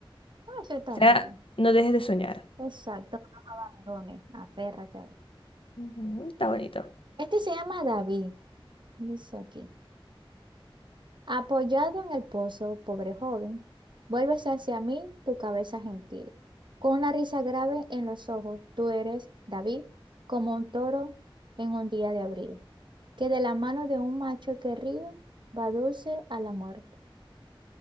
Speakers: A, on the right (about 55°); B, on the left (about 70°).
A: Eso está
B: O sea,
A: bien.
B: no dejes de soñar.
A: Exacto, no nos abandones, aférrate.
B: Ujú, está bonito.
A: Este se llama David, dice aquí. Apoyado en el pozo, pobre joven, vuelves hacia mí tu cabeza gentil. Con una risa grave en los ojos, tú eres, David, como un toro en un día de abril, que de la mano de un macho que ríe va dulce a la muerte.